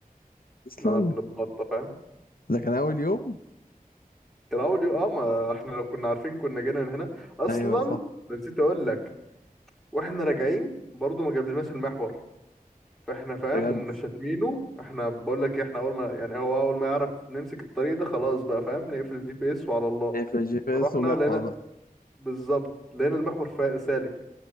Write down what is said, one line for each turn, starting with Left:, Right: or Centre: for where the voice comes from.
Left: اصلا
Centre: ان انا بنتبطى فاهم
Left: ده كان اول يوم
Centre: كان اول يوم اه ما احنا لو كنا عارفين كنا جينا من هنا اصلا
Left: ايوه صح
Centre: نسيت اقول لك واحنا راجعين برضو ما جابلناش المحور فاحنا فاهم
Left: بجد
Centre: ومن شاتمينه احنا بقول لك احنا اول ما يعني هو اول ما يعرف نمسك الطريق ده خلاص بقى فاهم نقفل الجي بي اس وعلى الله
Left: ايه في الجي بي
Centre: فرحنا
Left: اس ومحور
Centre: لقينا بالظبط لقينا المحور فا- سالك